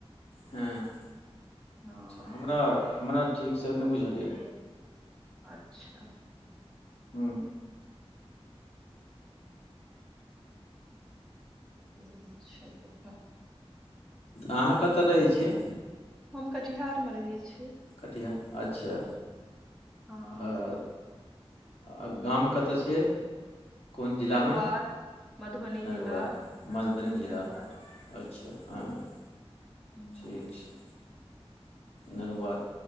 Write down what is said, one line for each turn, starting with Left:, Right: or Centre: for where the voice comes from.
Left: हँ
Centre: हँ
Left: हमरा हमरा ठीकसँ नहि बुझलियै।
Centre: अच्छा
Left: हूँ
Centre: ठीक छै तखन।
Left: अहाँ कतऽ रहै छियै?
Centre: हम कटिहार मऽ रहै छी।
Left: कटिहार अच्छा।
Centre: हँ
Left: आ आर आ गाम कतय छियै? कोन जिलामे?
Centre: नरुआर मधुबनी
Left: मधुबनी
Centre: जिला हँ
Left: जिला
Centre: नरुआर
Left: अच्छा हऽ <inaudible>
Centre: <unintelligible>
Left: ठीक छै नरवार